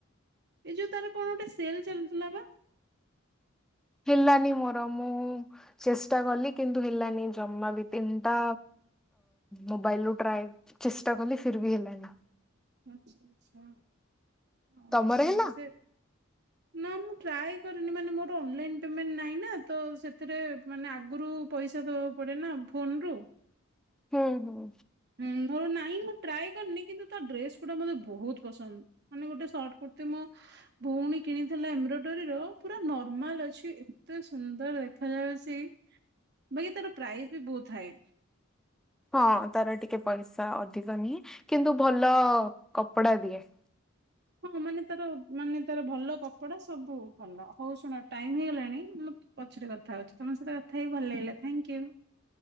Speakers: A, on the right; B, in the centre.
A: ଏଇ ଯୋଉ ତାର କଣ ଗୋଟେ ସେଲ ଚାଲିଥିଲା ବା?
B: ହେଲାନି ମୋର ମୁଁ ଚେଷ୍ଟା କଲି କିନ୍ତୁ ହେଲାନି ଜମା ବି ତିନିଟା ମୋବାଇଲରୁ ଟ୍ରାଏ ଚେଷ୍ଟା କଲି ଫିର ବି ହେଲାନି।
A: ଆଛା ଆଛା। କଣ
B: ତମର
A: ସେ-ସେ
B: ହେଲା?
A: ନା ମୁଁ ଟ୍ରାଏ କରିନି ମାନେ ମୋର ଅନ୍ ଲାଇନପେମେଣ୍ଟ ନାଇଁ ନା ତ ସେଥିରେ ଆଗରୁ ପଇସା ଦବାକୁ ପଡେ ନା ଫୋନ୍ ରୁ।
B: ହୁଁ ହୁଁ
A: ହୁଁ ମୋର ନାଇଁମ ଟ୍ରାଏ କରିନି କିନ୍ତୁ ତା ଡ୍ରେସ ଗୁଡା ମୋତେ ବହୁତ ପସନ୍ଦ। ମାନେ ଗୋଟେ ସର୍ଟ କୁର୍ତ୍ତୀ ମୁଁ ଭଉଣୀ କିଣିଥିଲା ଏମ୍ବ୍ରୋଡୋରୀ ର ପୁରା ନର୍ମାଲ ଅଛି ଏତେ ସୁନ୍ଦର ଦେଖାଯାଉଛି। ବାକି ତାର ପ୍ରାଇସ୍ ବି ବହୁତ ଥାଏ।
B: ହଁ ତାର ଟିକେ ପଇସା ଅଧିକ ନିହଁ କିନ୍ତୁ ଭଲ କପଡା ଦିଏ।
A: ହଁ ମାନେ ତାର ମାନେ ତାର ଭଲ କପଡା ସବୁ ଭଲ ହଉ ଶୁଣ ଟାଇମ ହେଇଗଲାଣି ମୁଁ ପଛରେ କଥା ହଉଛି ତମ ସହିତ କଥା ହେଇି ଭଲ ଲାଗିଲା ଥାଙ୍କିୟୁ ।